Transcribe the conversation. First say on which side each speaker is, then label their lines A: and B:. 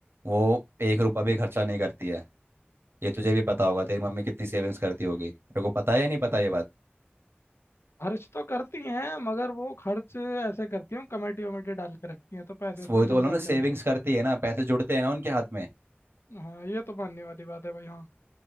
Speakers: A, on the right (about 70°); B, on the left (about 90°).
A: वो एक रुपया भी खर्चा नहीं करती है ये तुझे भी पता होगा तेरी मम्मी कितनी सेविंग्स करती होगी तेरे को पता है या नहीं पता ये बात
B: खर्च तो करती हैं मगर वो खर्च ऐसे करती हैं कमेटी वमेटी डाल के रखती हैं तो पैसे उसमें
A: वही
B: जुड़
A: तो बोला
B: जाते
A: ना सेविंग्स
B: हैं उनके
A: करती है ना पैसे जुड़ते हैं ना उनके हाथ में
B: हाँ ये तो मानने वाली बात है भाई हाँ